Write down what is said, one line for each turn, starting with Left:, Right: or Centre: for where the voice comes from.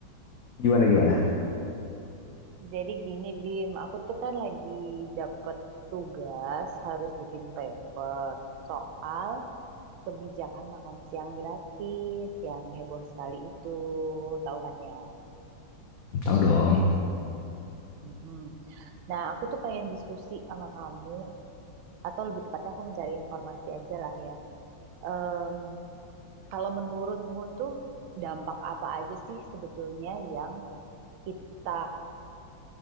Left: Gimana, gimana?
Right: Jadi gini Bim, aku tuh kan lagi dapet tugas harus bikin paper soal kebijakan makan siang gratis yang heboh sekali itu, tahu kan ya?
Left: Tahu dong.
Right: Mm-mm. Nah, aku tuh pengen diskusi sama kamu, atau lebih tepatnya aku mencari informasi aja lah ya Em, kalau menurutmu tuh dampak apa aja sih sebetulnya yang kita